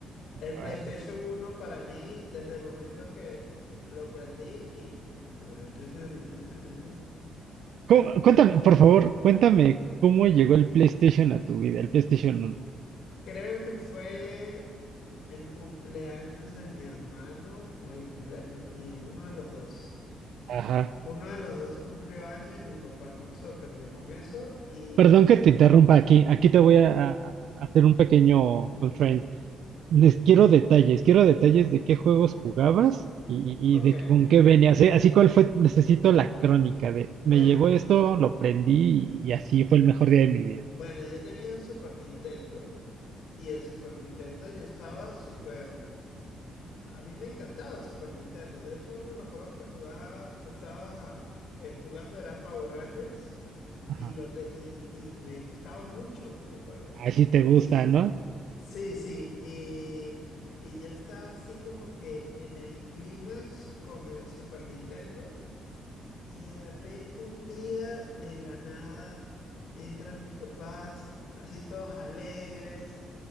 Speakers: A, on the left (about 60°); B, on the right (about 65°).
A: El
B: Ah,
A: PlayStation uno para mí, desde el momento que lo prendí y... turu, tu, tu, tu, tu, tu, tu, tu.
B: cu- Cuéntame, por favor, cuéntame cómo llegó el PlayStation a tu vida, el PlayStation uno
A: Creo que fue el cumpleaños de mi hermano o el cumpleaños mío, uno de los dos.
B: Ajá.
A: Uno de los dos cumplió año y mi papá nos sorprendió con eso y...
B: Perdón que te interrumpa aquí. Aquí te voy a, a- a hacer un pequeño constraint. Les quiero detalles, quiero detalles de qué juegos jugabas y, y-
A: Ok,
B: y de con qué venías. ¿eh? Así cuál fue, necesito la crónica de
A: bueno,
B: me llegó esto, lo prendí y, así fue el mejor día de mi vida.
A: bueno, yo tenía el Super Nintendo y el Super Nintendo yo estaba súper... A mí me encantaba el Super Nintendo. De hecho, uno de los juegos que jugaba, que estaba eh, jugando era Power Rangers
B: Ajá.
A: y, lo te- y, y me gustaba mucho el juego.
B: Así te gusta,
A: Y
B: ¿no?
A: sí, sí, y, y yo estaba así como que en el clímax con el Super Nintendo y de repente un día de la nada entran mis papás así todos alegres